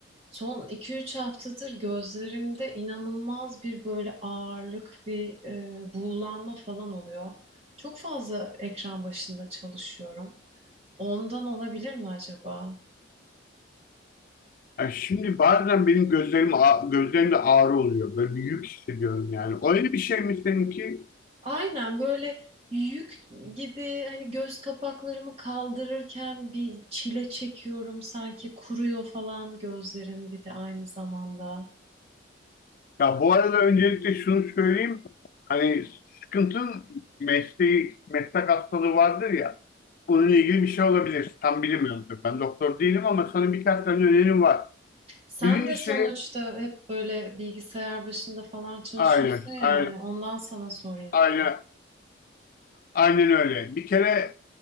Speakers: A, on the right (about 30°); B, on the left (about 45°).
A: Son iki üç haftadır gözlerimde inanılmaz bir böyle ağırlık, bir e, buğulanma falan oluyor. Çok fazla ekran başında çalışıyorum. Ondan olabilir mi acaba?
B: Ya şimdi bazen benim gözlerim ağ- gözlerimde ağrı oluyor. Böyle bir yük hissediyorum yani. Öyle bir şey mi seninki?
A: Aynen böyle yük gibi hani göz kapaklarımı kaldırırken bir çile çekiyorum sanki kuruyor falan gözlerim bir de aynı zamanda.
B: Ya bu arada öncelikle şunu söyleyeyim. Hani sıkıntın mesleği, meslek hastalığı vardır ya. Bununla ilgili bir şey olabilir. Tam bilmiyorum tabii. Ben doktor değilim ama sana birkaç tane önerim var.
A: Sen
B: Birincisi
A: de sonuçta hep böyle bilgisayar başında falan çalışıyorsun
B: aynen,
A: ya,
B: aynen,
A: yani ondan sana sorayım
B: aynen,
A: dedim.
B: aynen öyle. Bir kere